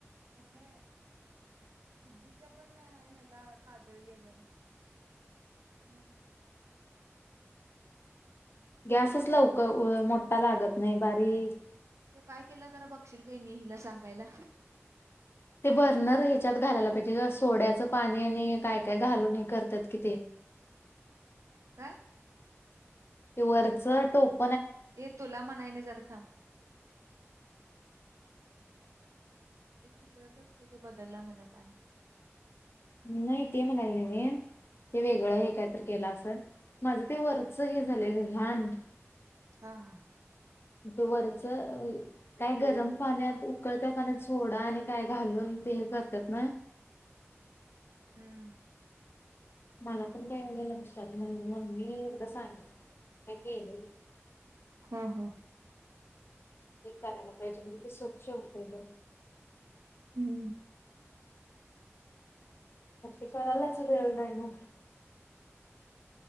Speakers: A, on the right; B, on the left.
A: मम्मे दीदीच्या पण ह्याला काजळी याल्या म्हण. हम्म.
B: गॅसच लवकर मोठा लागत नाही बारीक
A: त्यो काय केला जरा बघशील का हीनी हिला सांगायला.
B: ते बर्नर ह्याच्यात घालायला पाहिजे ग सोड्याचं पाणी आणि काय काय घालून हे करत्यात कि ते. <inaudible>
A: काय?
B: ते वरचं टोप
A: ये तुला म्हणायले जरा थांब बारीक चितळच असतय ते बदलला म्हण काय.
B: नाही ते म्हणायले मी ते वेगळं ये हे काय तर केला असल माझं ते वरच हे झालंय घाण.
A: हा हा
B: वरच काय गरम पाण्यात उकळत्या पाण्यात सोडा आणि काय घालून ते हे करतात नवं.
A: हम्म.
B: मला पण काय एवढं लक्षात नाही मम्मी एकदा सांगि काय केलेली.
A: हं हं.
B: ते करायला पाहिजे म्हणजे ते स्वच्छ होते एकदम.
A: हम्म.
B: मग ते करायलाच वेळ नाही नवं.